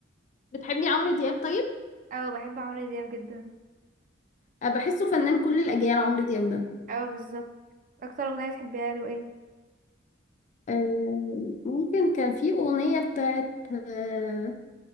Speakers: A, on the left; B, on the right.
A: بتحبي عمرو دياب طيب؟
B: أو بحب عمرو دياب جدا
A: آه، بحسه فنان كل الأجيال عمرو دياب ده
B: أو بالظبط أكتر أغنية بتحبيها له إيه؟
A: آه، ممكن كان في أغنية بتاعت آه،